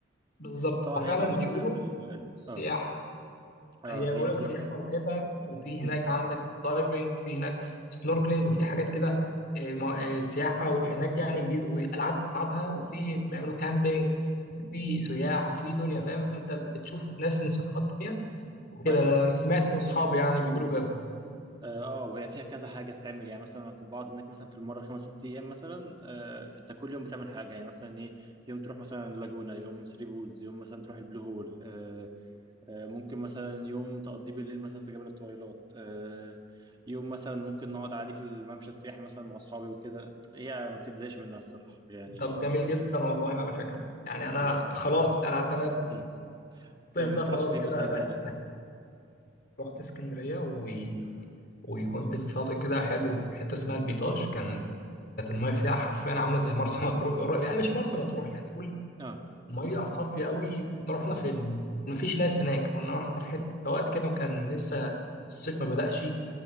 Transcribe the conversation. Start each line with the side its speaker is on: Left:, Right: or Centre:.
Left: بالظبط
Right: بس طبعا
Left: هو فعلا
Right: هي بقى ميزتها
Left: بيقولوا
Right: في ال...
Left: سياحة
Right: اه اه
Left: هي بيقولك
Right: هي ميزتها
Left: سياحة وكده وفي
Right: امم
Left: هناك عندك دايفنج في هناك سنوركلينج وفي حاجات كده آه، ما- آه، سياحة وهناك يعني جديد وألعاب تلعبها وفي بيعملوا كامبينج وفي سياح وفي دنيا فاهم أنت بتشوف ناس من ثقافات تانية وكده
Right: امم
Left: أنا سمعت من أصحابي يعني بيقولوا كده
Right: اه آه، وهي فيها كذا حاجه بتعمل يعني مثلا انا كنت بقعد هناك مثلا في المره خمس ست ايام مثلا آه، انت كل يوم بتعمل حاجه يعني مثلا ايه يوم تروح مثلا لاجونا يوم ثري بولز يوم مثلا تروح البلو هول آه، آه، ممكن مثلا يوم تقضيه بالليل مثلا في جبل الطويلات آه، يوم مثلا ممكن نقعد عادي في الممشى السياحي مثلا مع اصحابي وكده هي ما بتتزهقش منها الصراحه يعني
Left: طب جميل جدا والله على فكرة يعني أنا
Right: و...
Left: خلاص أنا اعتمدت
Right: مم. طيب
Left: الصيف ده
Right: انت
Left: خلاص
Right: رحت فين
Left: كده
Right: مثلا
Left: ده
Right: تاني؟
Left: رحت اسكندرية و... وكنت في
Right: مم.
Left: شاطئ كده حلو في حتة اسمها البيطاش كان كانت الميه فيها حرفيا عامله زي مرسى <laughs> مطروح قريب- يعني مش مرسى مطروح يعني قول
Right: اه
Left: ميه صافيه قوي كنا رحنا في ال... مفيش ناس هناك كنا رحنا في حته
Right: مم.
Left: في وقت كده وكان لسه الصيف ما بدأش